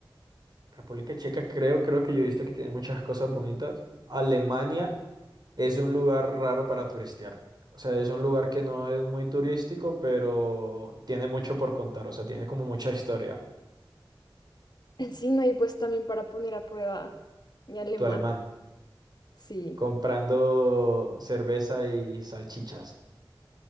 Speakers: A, on the right (about 50°); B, on the left (about 55°).
A: República Checa creo, creo que yo he visto que tiene muchas cosas bonitas. Alemania es un lugar raro para turistear. O sea, es un lugar que no es muy turístico, pero tiene mucho por contar. O sea, tiene como mucha historia.
B: Sí, no, y pues también para poner a prueba mi alemán,
A: Tu alemán,
B: sí.
A: comprando cerveza y salchichas.